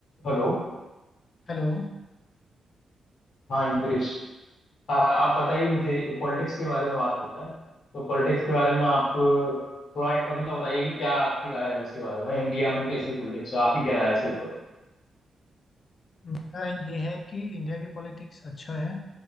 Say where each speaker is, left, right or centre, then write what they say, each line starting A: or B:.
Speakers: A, on the left (about 65°); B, on the left (about 45°).
A: Hello
B: Hello
A: हाँ इंद्रेश आ, आप बताइए मुझे पॉलिटिक्स के बारे में बात करते हैं तो पॉलिटिक्स के बारे में आप थोड़ा अपना बताइए कि क्या आपकी राय है उसके बारे में इंडिया में कैसी पॉलिटिक्स है आप ही क्या राय है इसके ऊपर
B: मेरा ये है कि इंडिया की पॉलिटिक्स अच्छा है